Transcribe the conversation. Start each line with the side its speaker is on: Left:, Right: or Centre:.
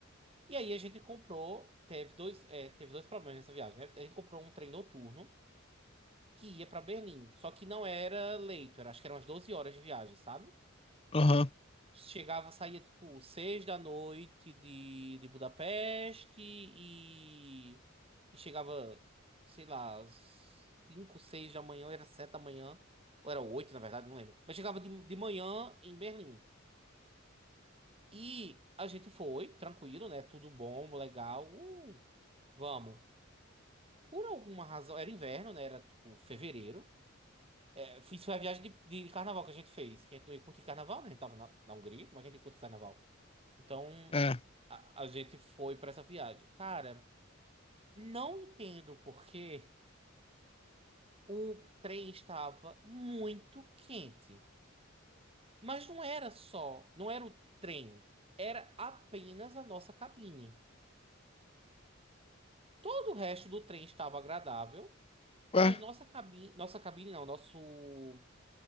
Right: E aí a gente comprou, teve dois, é, teve dois problemas nessa viagem, né? A gente comprou um trem noturno que ia pra Berlim, só que não era leito, era, acho que eram umas 12 horas de viagem, sabe?
Left: Aham.
Right: Chegava, saía tipo seis da noite de, de Budapeste e, e chegava, sei lá, cinco, seis da manhã, ou era sete da manhã, ou era oito, na verdade, não lembro. Mas chegava de, de manhã em Berlim. E a gente foi, tranquilo, né? Tudo bom, legal. Uh, vamos. Por alguma razão, era inverno, né? Era tipo fevereiro. É, isso foi a viagem de de carnaval carnaval carnaval que a gente fez curtir curtir carnaval, né A gente tava na na Hungria, como é que a gente ia curtir carnaval? então
Left: É.
Right: a, a gente foi pra essa viagem. Cara, não entendo porque o trem estava muito quente. Mas não era só, não era o trem, era apenas a nossa cabine. Todo o resto do trem estava agradável,
Left: Ué,
Right: mas nossa cabine, nossa cabine não, nosso,